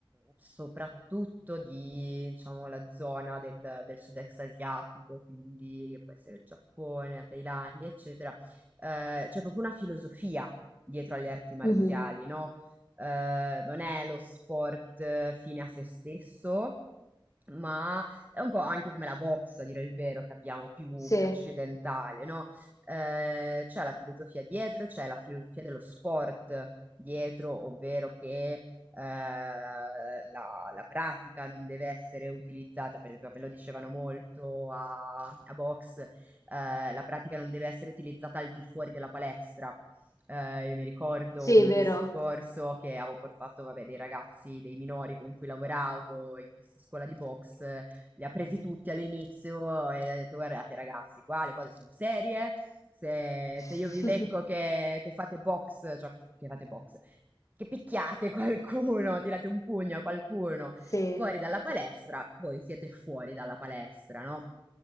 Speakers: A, on the right; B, on the left.
A: soprattutto di, diciamo, la zona del, del sud-est asiatico, quindi che può essere il Giappone, la Thailandia, eccetera, eh, c'è proprio una filosofia dietro alle arti marziali,
B: Mhm.
A: no? Eh, non è lo sport eh, fine a se stesso, ma è un po' anche come la box, a dire il vero, che abbiamo più,
B: Sì,
A: più occidentale, no? Eh, c'è la filosofia dietro, c'è la filosofia dello sport dietro, ovvero che eh, la, la pratica non deve essere utilizzata, per esempio, me lo dicevano molto a, a box, eh, la pratica non deve essere utilizzata al di fuori della palestra. Eh, io mi ricordo
B: sì,
A: un
B: è vero.
A: discorso che avevo portato, vabbè, dei ragazzi, dei minori con cui lavoravo in questa scuola di box, li ha presi tutti all'inizio e ha detto guardate ragazzi, qua le cose sono serie, se,
B: <laughs>
A: se io vi becco che, che fate box, cioè che fate box, che picchiate <laughs> qualcuno, tirate un pugno a qualcuno
B: Sì,
A: fuori dalla palestra, voi siete fuori dalla palestra, no?